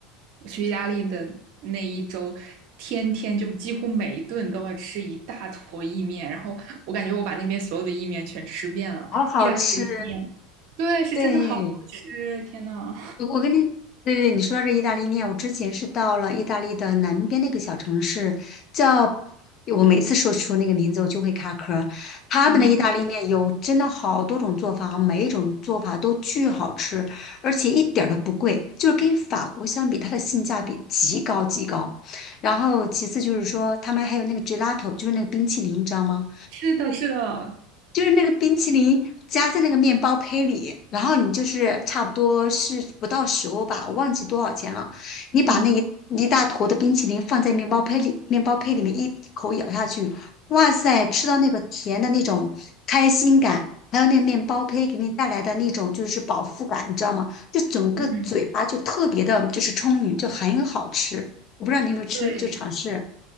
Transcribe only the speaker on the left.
好好吃，
对，
我我跟你，对对，对你说到这意大利面，我之前是到了意大利的南边那个小城市，叫我每次说出那个名字，我就会卡壳儿。他们的意大利面有真的好多种做法，
每一种做法都巨好吃，而且一点儿都不贵，就是跟法国相比，它的性价比极高极高。然后其次就是说，他们还有那个 gelato，就是那个冰淇淋，你知道吗？
就是那个冰淇淋夹在那个面包胚里，然后你就是差不多是不到十欧吧，我忘记多少钱了。你把那一一大坨的冰淇淋放在面包胚里，
面包胚里面一口咬下去，哇塞，吃到那个甜的那种开心感，还有那个面包胚给你带来的那种就是饱腹感，你知道吗？就整个嘴巴就特别的，
就是充盈，就很好吃。我不知道你有没有吃，
就尝试啊？